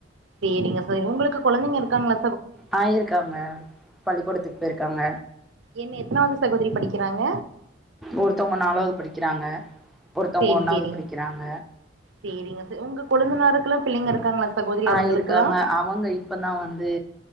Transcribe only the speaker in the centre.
ஆ இருக்காங்க பள்ளிக்கூடத்துக்கு போயிருக்காங்க
ஒருத்தவங்க நாலாவுது படிக்கிறாங்க ஒருத்தவங்க
ஒன்னாவுது
படிக்கிறாங்க
ஆ
இருக்காங்க ஆப் அவங்க இப்பதா வந்து